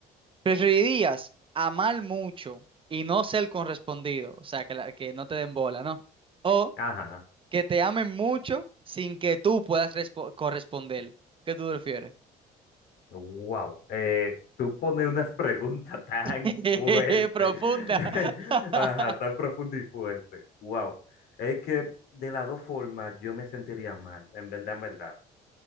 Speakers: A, on the right; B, on the left.
A: ¿Preferirías amar mucho y no ser correspondido? O sea, que, la- que no te den bola, ¿no? O
B: Ajá.
A: que te amen mucho sin que tú puedas respo- corresponder. ¿Qué tú prefieres?
B: Wow, tú pones unas <laughs> preguntas tan
A: <laughs>
B: fuertes,
A: Profunda.
B: <laughs>
A: <laughs>
B: ajá, tan profundas y fuertes. Wow, es que de las dos formas yo me sentiría mal, en verdad, en verdad.